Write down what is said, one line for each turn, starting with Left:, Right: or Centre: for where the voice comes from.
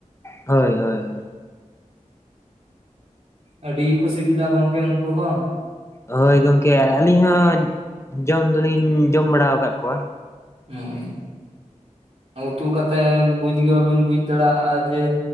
Left: ᱦᱳᱭ ᱦᱳᱭ ᱾
Right: ᱟᱹᱰᱤ ᱠᱚ ᱥᱤᱵᱤᱞᱟ ᱜᱚᱝᱠᱮ ᱩᱱᱠᱩ ᱦᱚᱸ ᱾
Left: ᱦᱳᱭ ᱜᱚᱝᱠᱮ ᱟᱹᱞᱤᱧ ᱦᱚᱸ ᱡᱚᱢ ᱫᱚᱞᱤᱧ ᱡᱚᱢ ᱵᱟᱲᱟᱣ ᱠᱟᱜ ᱠᱚᱣᱟ᱾
Right: ᱦᱳᱭ, ᱩᱛᱩ ᱠᱟᱛᱮ ᱵᱩᱡᱽ ᱜᱮ ᱵᱟᱹᱵᱤᱱ ᱵᱩᱡ ᱫᱟᱲᱮᱭᱟᱜᱼᱟ ᱡᱮ